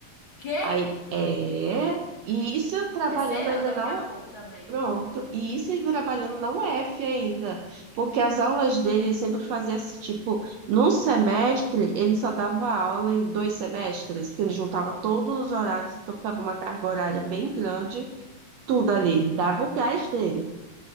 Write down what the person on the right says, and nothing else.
Aí, é, e isso trabalhando
ainda
na
U-
Pronto, e isso ele trabalhando na UF ainda, porque as aulas dele ele sempre fazia assim, tipo, num semestre, ele só dava aula em dois semestres, porque ele juntava todos os horários, então ficava uma carga horária bem grande, tudo ali, ele dava o gás dele.